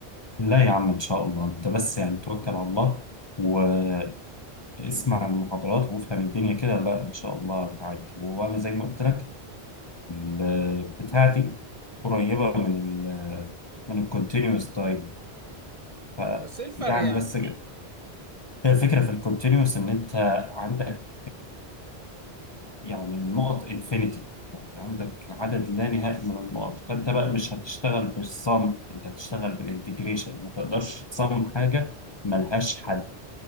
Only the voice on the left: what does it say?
لا يا عم ان شاء الله انت بس يعني توكل على الله واسمع المحاضرات وافهم الدنيا كده لا ان شاء الله هتعدي وانا زي ما قلت لك ال- بتاعتي قريبه من ال من الكونتينوس تايم ف
يعني
بس الفكره في الكونتينوس ان انت عندك يعني النقط انفينيتي يعني عندك عدد لا نهائي من النقط فانت بقى مش هتشتغل بالصم انت هتشتغل بالانتجريشن ما تقدرش تصمم حاجه ملهاش حل